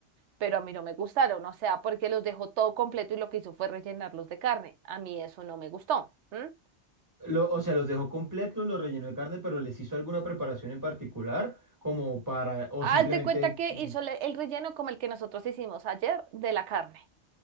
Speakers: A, on the right; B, on the right.
A: pero a mí no me gustaron, o sea, porque los dejó todo completo y lo que hizo fue rellenarlos de carne. A mí eso no me gustó. ¿m?
B: Lo- o sea, los dejó completos, los rellenó de carne, pero les hizo alguna preparación en particular, como para, o
A: Hazte
B: simplemente,
A: cuenta que
B: mm,
A: hizo le- el relleno como el que nosotros hicimos ayer de la carne.